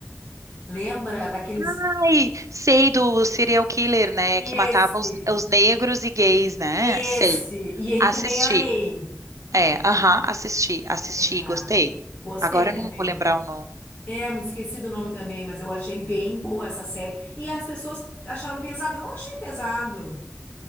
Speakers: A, on the left; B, on the right.
A: Lembra daqueles.
B: Ai, sei do serial killer, né?
A: Esse.
B: Que matava os, os negros e gays, né?
A: Esse.
B: Sei.
A: E ele
B: Assisti.
A: também era gay.
B: É, aham, assisti, assisti,
A: É.
B: gostei.
A: Gostei
B: Agora
A: também.
B: eu não vou lembrar o nome.
A: É, me esqueci do nome também, mas eu achei bem boa essa série. E as pessoas acharam pesado. Eu Não achei pesado.